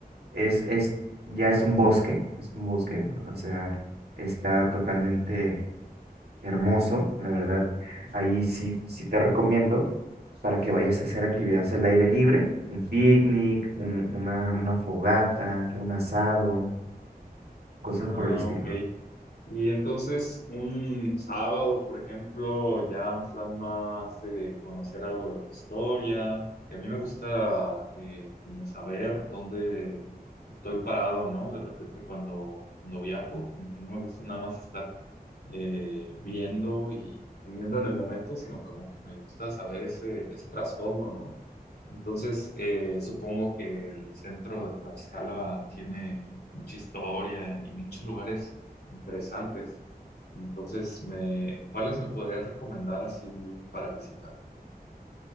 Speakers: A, on the right; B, on the left.
A: es, es, ya es un bosque, es un bosque, o sea, está totalmente hermoso, la verdad. Ahí sí, sí te recomiendo para que vayas a hacer
B: Ok.
A: actividades al aire libre, un picnic, un- una, una fogata, un asado, cosas
B: Ah,
A: por el estilo.
B: ok. Y entonces, un sábado, por ejemplo, ya un plan más de conocer algo de la historia, que a mí me gusta eh, como saber dónde estoy parado, ¿no? De repente cuando, cuando viajo, como que no me gusta nada más estar eh, viendo y viviendo en el momento, sino como que me gusta saber ese, ese trasfondo, ¿no? Entonces, eh, supongo que el centro de Tlaxcala tiene mucha historia y muchos lugares interesantes. Entonces, me, ¿cuáles me podrías recomendar así para visitar?